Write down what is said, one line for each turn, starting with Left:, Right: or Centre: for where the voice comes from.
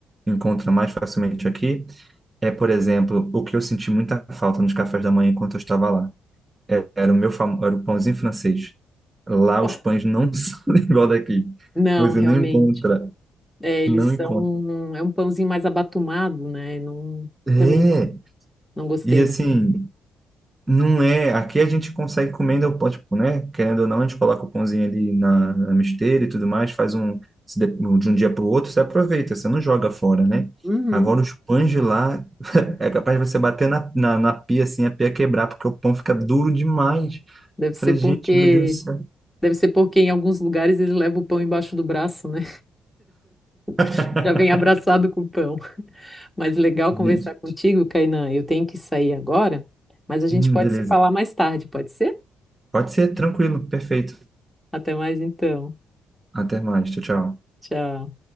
Right: Encontra mais facilmente aqui. É, por exemplo, o que eu senti muita falta nos cafés da manhã enquanto eu estava lá. É- Era o meu famo... era o pãozinho francês. Lá
Centre: Oh,
Right: os pães não <laughs> são igual daqui.
Centre: Não,
Right: Você
Centre: realmente.
Right: não encontra,
Centre: É, eles
Right: não
Centre: são.
Right: encontra.
Centre: um, É um pãozinho mais abatumado, né? Não,
Right: É.
Centre: também não, não gostei
Right: E assim,
Centre: muito.
Right: Não é. Aqui a gente consegue comendo o pão, tipo, né? Querendo ou não, a gente coloca o pãozinho ali na, na misteira e tudo mais, faz um se de, um, de um dia para o outro, você aproveita, você não joga fora, né?
Centre: Uhum.
Right: Agora os pães de lá é capaz de você bater na, na, na pia assim, a pia quebrar, porque o pão fica duro demais.
Centre: Deve
Right: Eu
Centre: ser
Right: falei, gente,
Centre: porque.
Right: meu Deus do céu.
Centre: Deve ser porque em alguns lugares eles levam o pão embaixo do braço, né?
Right: <laughs>
Centre: <laughs> Já vem abraçado com o pão. Mas legal
Right: Gente,
Centre: conversar contigo, Kainan. Eu tenho que sair agora, mas a gente
Right: hum,
Centre: pode
Right: beleza.
Centre: se falar mais tarde, pode ser?
Right: Pode ser, tranquilo, perfeito.
Centre: Até mais então.
Right: Até mais, tchau, tchau.
Centre: Tchau.